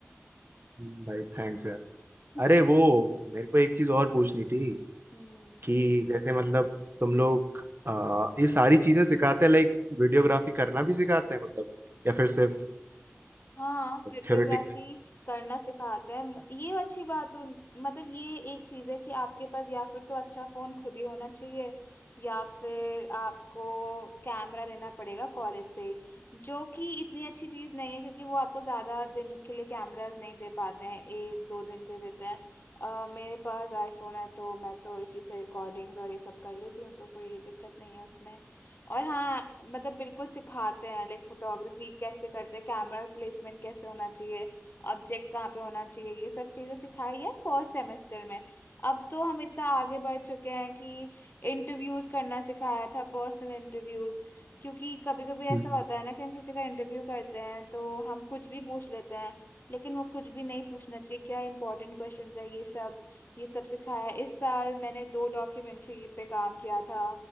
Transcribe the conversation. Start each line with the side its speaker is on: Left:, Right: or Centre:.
Right: हम्म, भाई थैंक्स यार
Left: <laughs>
Right: अरे वो मेरे को एक चीज और पूछनी थी
Left: हम्म
Right: कि जैसे मतलब तुम लोग आ, ये सारी चीजें सिखाते हैं लाइक वीडियोग्राफी करना भी सिखाते हैं मतलब या फिर सिर्फ
Left: हाँ हियरडोग्राफी
Right: थ्योरेटिकल
Left: करना सिखाते हैं म- ये अच्छी बात हो मतलब ये एक चीज है कि आपके पास या फिर तो अच्छा फोन खुद ही होना चाहिए या फिर आपको कैमरा लेना पड़ेगा कॉलेज से ही, जो कि इतनी अच्छी चीज नहीं है क्योंकि वो आपको ज्यादा दिन के लिए कैमरास नहीं दे पाते हैं एक दो दिन के देते हैं अ, मेरे पास आईफोन है तो मैं तो इसी से रिकॉर्डिंग्स और ये सब कर लेती हूँ तो कोई दिक्कत नहीं है उसमें। और हाँ मतलब बिल्कुल सिखाते हैं लाइक फोटोग्राफी कैसे करते हैं कैमरा प्लेसमेंट कैसे होना चाहिए ऑब्जेक्ट कहाँ पे होना चाहिए ये सब चीजें सिखाई है फर्स्ट सेमेस्टर में अब तो हम इतना आगे बढ़ चुके हैं कि इंटरव्यूज करना सिखाया था पर्सनल इंटरव्यूज क्योंकि कभी कभी ऐसा
Right: हम्म
Left: होता है ना कि हम किसी का इंटरव्यू करते हैं तो हम कुछ भी पूछ लेते हैं लेकिन वो कुछ भी नहीं पूछना चाहिए क्या इंपॉर्टेंट क्वेश्चंस है ये सब ये सब सिखाया है। इस साल मैंने दो डॉक्यूमेंट्री पे काम किया था